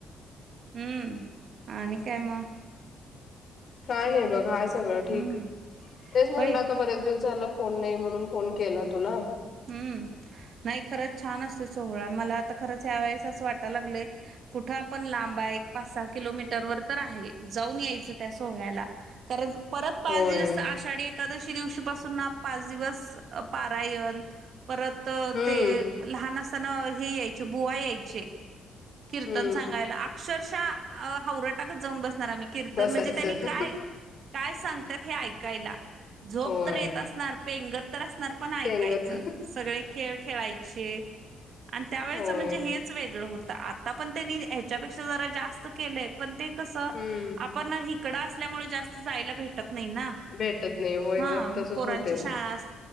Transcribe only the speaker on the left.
काय नाही बघ हाय सगळं ठीक
तेच म्हणलं
आता बरेच दिवस झालं फोन नाही म्हणून फोन केला तुला
होय
हम्म
हम्म
बसायचं
होय
पेंगत
होय
हम्म
भेटत नाही होय
ग तसच
होते